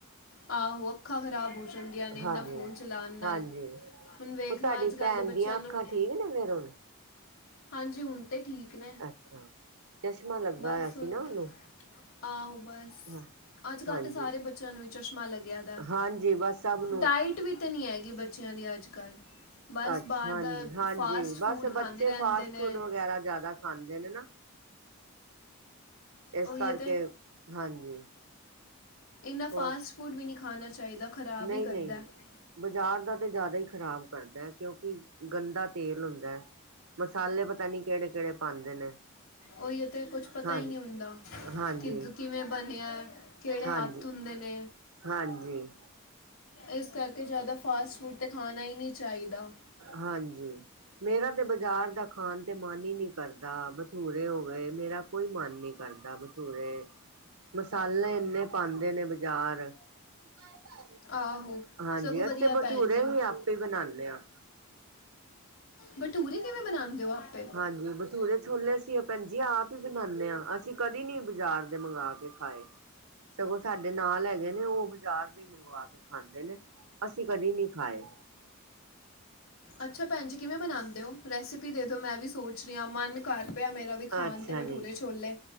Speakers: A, on the left; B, on the right.
A: ਆਹੋ, ਅੱਖਾਂ ਖ਼ਰਾਬ ਹੋ ਜਾਂਦੀਆਂ ਨੇ ਇਨਾਂ
B: ਹਾਂਜੀ
A: ਫ਼ੋਨ ਚਲਾਉਣ
B: ਹਾਂਜੀ
A: ਨਾਲ। ਹੁਨ ਵੇਖਲੋ
B: ਉਹ ਤੁਹਾਡੀ
A: ਅੱਜ ਕੱਲ੍ਹ
B: ਭੈਣ
A: ਦੇ ਬੱਚੇਆਂ
B: ਦੀਆਂ ਅੱਖਾਂ
A: ਨੂੰ
B: ਠੀਕ ਨੇ ਫੇਰ ਹੁਣ
A: ਹਾਂਜੀ ਹੁਨ ਤੇ ਠੀਕ ਨੇ।
B: ਅੱਛਾ, ਚਸ਼ਮਾ ਲੱਗਾ
A: ਬਸ
B: ਹਆ ਸੀ
A: ਹੁਣ
B: ਨਾ ਉਹਨੂੰ
A: ਆਹੋ ਬ ਸ
B: ਹਾਂ
A: ਅੱਜ ਕੱਲ੍ਹ
B: ਹਾਂਜੀ
A: ਤਾਂ ਸਾਰੇ ਬੱਚੇਆਂ ਨੂੰ ਵੀ ਚਸ਼ਮਾ ਲੱਗੇਆ ਦਾ
B: ਹਾਂਜੀ ਬਸ ਸਭ ਨੂੰ
A: ਡਾਇਟ ਟ ਵੀ ਤੇ ਨੀ ਹੈਗੀ ਬੱਚੇਆਂ ਦੀ ਅੱਜ ਕੱਲ੍ਹ। ਬਸ
B: ਅੱਛਾ
A: ਬਾਹਰ ਦਾ
B: ਹਾਂਜੀ-ਹਾਂਜੀ
A: ਫਾਸਟ ਫੂਡ
B: ਬਸ
A: ਖਾਂਦੇ
B: ਬੱਚੇ
A: ਰਹਿੰਦੇ
B: ਫਾਸਟ
A: ਨੇ
B: ਫੂਡ ਵਗੈਰਾ ਜਾਦਾ ਖਾਂਦੇ ਨੇ ਨਾ। ਇਸ
A: ਉਹੀ
B: ਕਰਕੇ
A: ਤੇ
B: ਹਾਂਜੀ।
A: ਇੰਨਾ ਫਾਸਟ
B: ਹੋਰ
A: ਫੂਡ ਵੀ ਨਹੀਂ ਖਾਨਾ ਚਾਹੀਦਾ ਖ਼ਰਾਬ
B: ਨਹੀਂ
A: ਹੀ ਕਰਦਾ
B: ਨਹੀਂ
A: ਏ।
B: ਬਾਜ਼ਾਰ ਦਾ ਤਾਂ ਜਾਦਾ ਹੀ ਖ਼ਰਾਬ ਕਰਦਾ ਹੈ ਕਿਉਂਕਿ ਗੰਦਾ ਤੇਲ ਹੁੰਦਾ ਹੈ। ਮਸਾਲੇ ਪਤਾ ਨੀ ਕੇੜੇ ਕੇੜੇ ਪਾਂਦੇ ਨੇ
A: ਓਹੀਓ ਤੇ ਕੁਛ ਪਤਾ
B: ਹਾਂਜੀ,
A: ਹੀ ਨਹੀਂ ਹੁੰਦਾ
B: ਹਾਂਜੀ,
A: ਕਿਦ ਕਿਵੇਂ ਬਨੇਆ ਹੈ। ਕੇੜੇ ਹੱਥ
B: ਹਾਂਜੀ,
A: ਹੁੰਦੇ ਨੇ।
B: ਹਾਂਜੀ
A: ਇਸ ਕਰਕੇ ਜਾਦਾ ਫਾਸਟ ਫੂਡ ਤੇ ਖਾਣਾ ਹੀ ਨਹੀਂ ਚਾਹੀਦਾ।
B: ਹਾਂਜੀ ਮੇਰਾ ਤੇ ਬਾਜ਼ਾਰ ਦਾ ਖਾਣ ਤੇ ਮਨ ਹੀ ਨੀ ਕ ਕਰਦਾ ਬਟੂਰੇ ਹੋ ਗਏ ਮੇਰਾ ਕੋਈ ਮਨ ਨੀ ਕਰਦਾ ਬਟੂਰੇ ਮਸਾਲੇ ਏਨੇ ਪਾਂਦੇ ਨੇ ਬਾਜ਼ਾਰ। ਬਾਏ-ਬਾਏ।
A: ਆਹੋ
B: ਹਾਂਜੀ,
A: ਸਗੋਂ ਵਧੀਆ
B: ਅਸੀਂ ਤੇ ਬਟੂਰੇ
A: ਭੈਣ ਜੀ
B: ਵੀ ਆਪੇ ਬਨਾਂਨੇ ਹਾਂ।
A: ਬਟੂਰੇ ਕਿਵੇਂ ਬਨਾਂਦੇ ਹੋ ਆਪੇ?
B: ਹਾਂਜੀ, ਬਠੂਰੇ ਛੋਲੇ ਅਸੀਂ ਭੈਣ ਜੀ ਆਪ ਹੀ ਬਨਾਂਦੇ ਹਾਂ, ਅਸੀਂ ਕਦੇ ਨੀ ਬਾਜ਼ਾਰ ਦੇ ਮੰਗਵਾ ਕੇ ਖਾਏ। ਸਗੋਂ ਸਾਡੇ ਨਾਲ ਹੈਗੇ ਨੇ ਉਹ ਬਜ਼ਾਰ ਦੇ ਮੰਗਵਾ ਕੇ ਖਾਂਦੇ ਨੇ ਅਸੀਂ ਕਦੇ ਨਹੀਂ ਖਾਏ।
A: ਅੱਛਾ ਭੈਣ ਜੀ ਕਿਵੇਂ ਬਣਾਂਦੇ ਹੋ? ਰੈਸਪੀ ਦੇ ਦੋ ਮੈਂ ਵੀ ਸੋਚ ਰਹੀ ਹਾਂ ਮਨ ਕਰ ਪਿਆ ਮੇਰਾ ਵੀ ਖਾਣ
B: ਅੱਛਾ
A: ਤੇ ਬਟੂਰੇ
B: ਜੀ।
A: ਛੋਲੇ।